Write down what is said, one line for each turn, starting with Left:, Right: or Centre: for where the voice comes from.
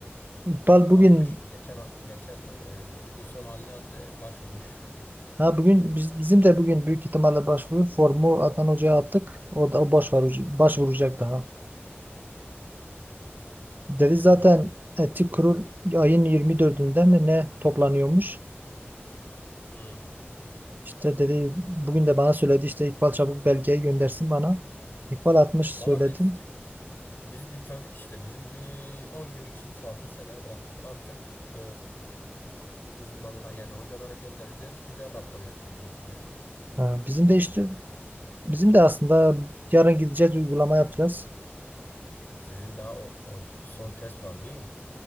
Right: İkbal
Left: Bizim
Right: bugün
Left: almış geçen geçen e, bugün son haline attı başvurmuş.
Right: ha bugün biz, bizim de bugün büyük ihtimalle başvuru formu Adnan Hoca'ya attık. O da o başvuru, başvuracak daha. Dedi
Left: E,
Right: zaten etik kurul ayın 24'ünde mi ne toplanıyormuş?
Left: hı.
Right: İşte dedi bugün de bana söyledi işte İkbal çabuk belgeyi göndersin bana. İkbal atmış
Left: Valla
Right: söyledim.
Left: biz biz bitirdik işte. Bizim bir 10 günlük işimiz kaldı. Seneye bıraktık. Artık e, uzmanla yani hocalara göndereceğiz. Bir de rapor yazacağız. Bitti.
Right: Ha, bizim de işte bizim de aslında yarın gideceğiz uygulama yapacağız.
Left: Sizin daha o, on- son test var değil. mi?